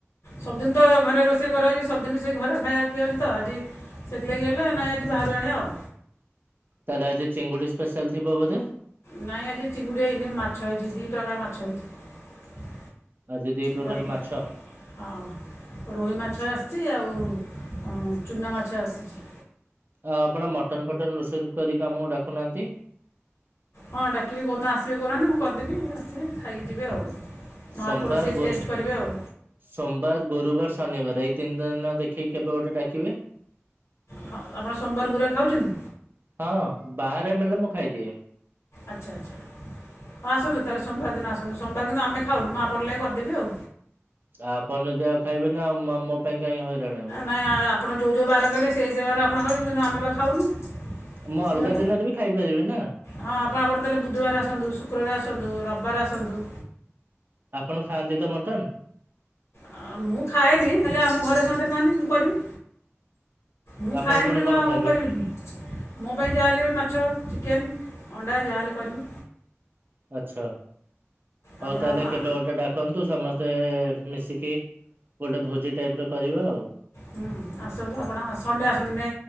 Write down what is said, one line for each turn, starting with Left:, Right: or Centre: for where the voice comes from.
Left: ସବୁଦିନ ତ ଘରେ ରୋଷେଇ କରାହଉଛି ସବୁଦିନ ସେ ଘରେ ଖାଇବା ଖିଆହଉଛି ତ ଆଜି ସେଥିଲାଗି ହେଲେ ନାଇଁ ଆଜି ବାହାରୁ ଆଣିବା ଆଉ।
Right: ତାହେଲେ ଆଜି ଚିଙ୍ଗୁଡି ସ୍ପେଶାଲ ଥିବ ବଧେ?
Left: ନାଇଁ ଆଜି ଚିଙ୍ଗୁଡ଼ି ହେଇନି ମାଛ ହେଇଛି ଦି ପ୍ରକାର ମାଛ ହେଇଛି।
Right: ଆଉ ଦି ପ୍ରକାର
Left: ଗୋଟେ-
Right: ମାଛ?
Left: ହଁ ରୋହି ମାଛ ଆସିଛି ଆଉ ଚୁନା ମାଛ ଆସିଛି।
Right: ଆଉ ଆପଣ ମଟନ ଫଟନ ରୋଷେଇ କରିକି ଆମକୁ ଡାକୁନାହାନ୍ତି?
Left: ହଁ ଡାକିବି କୋଉଦିନ ଆସିବେ କହୁନାହାନ୍ତି ମୁଁ କରିଦେବି ଆସିବେ ଖାଇକି ଯିବେ ଆଉ। ମୋ
Right: ସୋମବାର
Left: ହାତ ରୋଷେଇ
Right: ଗୁ
Left: ଟେଷ୍ଟ କରିବେ ଆଉ
Right: ସୋମବାର, ଗୁରୁବାର, ଶନିବାର ଏଇ ତିନି ଦିନ ଦେଖିକି କେବେ ଗୋଟେ ଡାକିବେ?
Left: ହଁ ଆପଣ ସୋମବାର ଗୁରୁବାର ଖାଉଛନ୍ତି?
Right: ହଁ ବାହାରେ ମିଳିଲେ ମୁଁ ଖାଇଦିଏ।
Left: ଆଚ୍ଛା ଆଚ୍ଛା ହଁ ଆସନ୍ତୁ ତାହେଲେ ସୋମବାର ଦିନ ଆସନ୍ତୁ ସୋମବାର ଦିନ ଆମେ ଖାଉନୁ ମୁଁ ଆପଣଙ୍କ ଲାଗି କରିଦେବି ଆଉ।
Right: ଆପଣ ଯଦି ଆଉ ଖାଇବେନି ଆଉ ମୋ ପାଇଁ କାହିଁ ହଇରାଣ ହେବେ
Left: ନାଇଁ ଆପଣ ଯୋଉ ଯୋଉ ବାର କହିଲେ ସେଇ ସେଇ ବାର ଆପଣ ଖାଉଛ କିନ୍ତୁ ଆମେ ବା ଖାଉନୁ।
Right: ମୁଁ
Left: ସେ
Right: ଅଲଗା
Left: ବାର
Right: ଦିନରେ ବି ଖାଇ ପାରିବି ନା।
Left: ହଁ ଆପଣ ଆପଣ ତାହେଲେ ବୁଧବାର ଆସନ୍ତୁ, ଶୁକ୍ରବାର ଆସନ୍ତୁ, ରବିବାର ଆସନ୍ତୁ।
Right: ଆପଣ ଖାଆନ୍ତି ତ ମଟନ?
Left: ଅ ମୁଁ ଖାଏନି ହେଲେ ଆମ ଘରେ ସମସ୍ତେ ଖାଆନ୍ତି ମୁଁ କରିବି। ମୁଁ
Right: ଆପଣ
Left: ଖାଏନି
Right: ପୁଣି
Left: ବୋଲି କଣ ଆଉ
Right: ଖାଇବେ?
Left: କରିବିନି। ମୋ ପାଇଁ ଯାହାହେଲେବି ମାଛ, ଚିକେନ, ଅଣ୍ଡା ଯାହାହେଲେ କରିବି।
Right: ଆଚ୍ଛା
Left: ଆପଣ
Right: ହଉ ତାହେଲେ
Left: ଆ,
Right: କେବେ ଗୋଟେ ଡାକନ୍ତୁ ସମସ୍ତେ ତେ ମିଶିକି ଗୋଟେ ଭୋଜି ଟାଇପ ର କରିବା ଆଉ।
Left: ହୁଁ ଆସନ୍ତୁ ଆପଣ ସଣ୍ଡେ ଆସନ୍ତୁ ନେ